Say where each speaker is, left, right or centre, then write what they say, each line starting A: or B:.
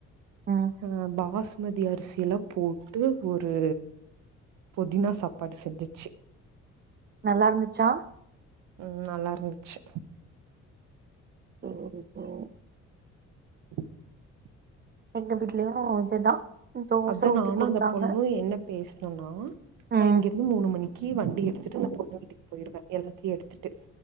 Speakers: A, on the right (about 35°); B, on the right (about 80°).
A: ம்
B: ஆஹ் பாஸ் மதி அரிசி எல்லாம் போட்டு ஒரு புதினா சாப்பாடு செஞ்சுச்சு
A: நல்லா இருந்துச்சா
B: உம் நல்லா இருந்துச்சு
A: <unintelligible>
B: <inaudible>
A: எங்க வீட்லயும் இதுதான் தோசை
B: அத
A: ஊத்தி
B: நானும்
A: கொடுத்தாங்க
B: அந்த பொண்ணு என்ன பேசணுனா நான்
A: ம்
B: இங்கிருந்து மூணு மணிக்கு வந்து எடுத்துட்டு அந்த பொண்ணு வீட்டுக்கு போயிருடுவேன் எல்லாத்தையும் எடுத்துட்டு